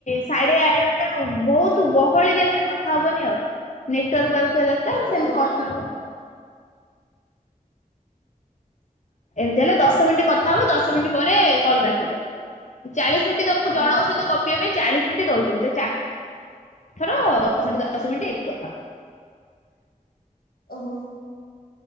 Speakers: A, on the left; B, on the left.
A: ଶାଢୀଆ ମାନେ ବହୁତ ଗହଳି ଜାଗାରେ କଥା ହବନି ଆଉ ନେଟୱାର୍କ ଆଉଥିବା ଦରକାର ସେମିତି
B: ଓହୋ।
A: କଥା ହବ ଏମିତି ହେଲେ ଦଶ ମିନିଟ୍ କଥା ହବ ଦଶ ମିନିଟ୍ ପରେ କଲ୍ କାଟିଦବ। ଚାଳିଶ ମିନିଟ୍ ତମକୁ
B: ଓହୋ
A: ଜଣଙ୍କ ସହିତ କ ପିବା ପାଇଁ ଚାଳିଶ ମିନିଟ୍ ଦଉଛନ୍ତି ତ ଚା ରି ଥର ଦଶ ମିନିଟ୍ ଦସ୍ ମିନିଟ୍ କଥାହବ।
B: ଓହୋ।